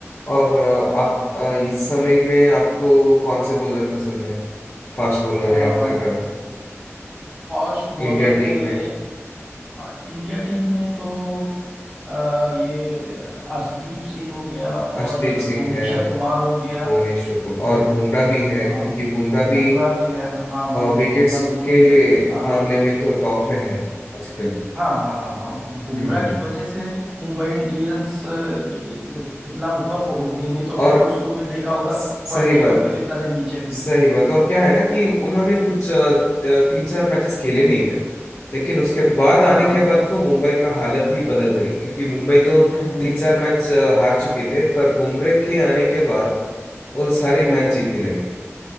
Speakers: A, on the left; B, on the right.
A: और अ, आप अ, इस समय में आपको कौन से बॉलर पसंद है फास्ट बॉलर
B: हाँ
A: या फिर अ,
B: फास्ट बॉलर
A: इंडिया
B: में
A: टीम में
B: हाँ इंडिया टीम में तो अ, ये अर्शदीप सिंह हो गया
A: अर्शदीप
B: और
A: सिंह
B: भुवनेश्वर
A: है
B: कुमार हो गया
A: भुवनेश्वर कुमार और बुमराह भी है
B: हाँ
A: क्योंकि बुमराह
B: बुमराह
A: भी
B: भी है हाँ बुम
A: विकेट्स
B: बुमराह तो भूल
A: के
B: ही गए थे हाँ
A: मामले में तो टॉप में है आजकल
B: हाँ हाँ हाँ हाँ बुमराह
A: हम्म हम्म
B: की
A: हम्म।
B: वजह से मुंबई इंडियंस अ, जी, इतना ऊपर पहुंच गई नहीं तो
A: और
B: शुरू शुरू में देखा होगा
A: स-
B: पॉइंट
A: सही
B: टेबल
A: बात
B: पे कितना नीचे थी
A: सही बात और क्या है ना कि उन्होंने कुछ अ, त- तीन चार मैचेस खेले नहीं थे लेकिन उसके बाद
B: हाँ
A: आने
B: हाँ
A: के बाद को मुंबई का हालत ही बदल गई क्योंकि मुंबई तो
B: हम्म हम्म
A: तीन चार मैच अ, हार चुके थे पर बुमरे के आने के बाद वो सारे
B: हम्म
A: मैच
B: हम्म
A: जीतने लगे